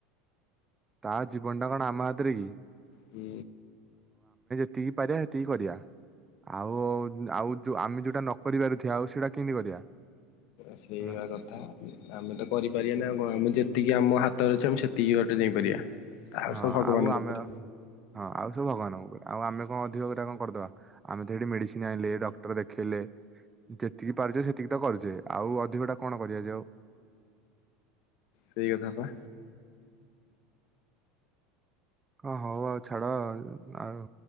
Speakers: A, on the right; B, on the left.
A: ତା ଜୀବନଟା କଣ ଆମ ହାତରେ କି।
B: ହୁଁ।
A: ତିକି ପାରିବା ସେତିକି କରିବା ଆଉ ଆଉ ଯୋଉ ଆମେ ଯୋଉଟା ନ କରିପାରୁଥିବା ଆଉ ସେଇଟା କେମିତି କରିବା।
B: ସେଇଆ
A: ହେଲା।
B: କଥା ଆମେ ତ କରିପାରିବାନେଇ ଆଉ କଣ ଆମେ ଯେତିକି ଆମ ହାତରେ ଅଛି ଆମେ ସେ ତିକି ବାଟ ଯାଇପାରିବା। ଆଉ
A: ହଁ
B: ସବୁ ଭଗବାନଙ୍କ
A: ଆଉ ଆମେ
B: ଉପରେ
A: ହଁ ଆଉ ସବୁ ଭଗବାନଙ୍କ ଉପରେ ଆଉ ଆମେ କଣ ଅଧିକ ଗୋଟା କଣ କରିଦବା ଆମେ ତ ଏଇଠି ମେଡିସିନ ଆଇଁଲେ ଡକ୍ଟର ଦେଖେଇଲେ। ଯେତିକି ପାରୁଚେ ସେତିକି ତ କରୁ ଯେ ଆଉ ଅଧିକଟା କଣ କରିବା ଯେ ଆଉ।
B: ସେଇ କଥା ପା।
A: ହଁ ହୋଉ ଆଉ ଛାଡ ଆଉ